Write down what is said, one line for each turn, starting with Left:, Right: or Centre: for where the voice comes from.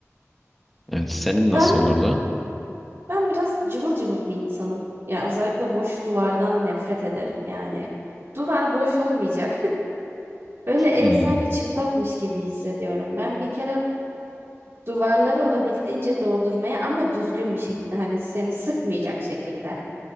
Centre: Evet, senin nasıl
Right: Ben
Centre: olurdu?
Right: ben biraz cıvıl cıvıl bir insanım. Yani özellikle boş duvardan nefret ederim. Yani duvar boş olmayacak. <laughs> Öyle ev
Centre: Hmm.
Right: sanki çıplakmış gibi hissediyorum. Ben bir kere Duvarları olabildiğince doldurmaya ama düzgün bir şekilde hani seni sıkmayacak şekilde